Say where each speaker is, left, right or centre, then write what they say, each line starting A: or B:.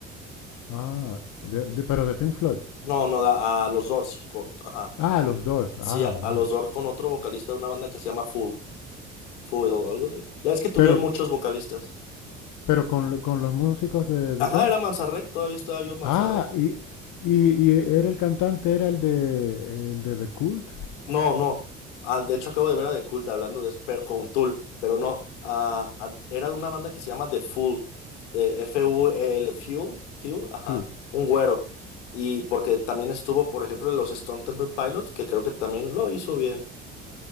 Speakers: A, on the left; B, on the left.
A: Ah, de- de- pero de Pink Floyd.
B: No, no, a, a los Doors, co- ajá.
A: Ah, los Doors.
B: Sí,
A: Ah,
B: a,
A: vale.
B: a los Doors con otro vocalista de una banda que se llama Full, Full o algo así. Ya es que tuvieron
A: Pero,
B: muchos vocalistas.
A: pero con, lo- con los músicos de, de
B: Ajá,
A: Doors.
B: era Manzarek, todavía estaba vivo Manzarek.
A: Ah, y, y, y era el cantante, era el de, el de The Cult.
B: No, no. Ah, de hecho, acabo de ver a The Cult hablando de eso, pero con Tool, pero no. Ah, ah, era de una banda que se llama The Fool, eh, F-U-E-L, Fuel, Fuel, ajá,
A: Sí.
B: un güero. Y porque también estuvo, por ejemplo, en los Stone Temple Pilots, que creo que también lo hizo bien.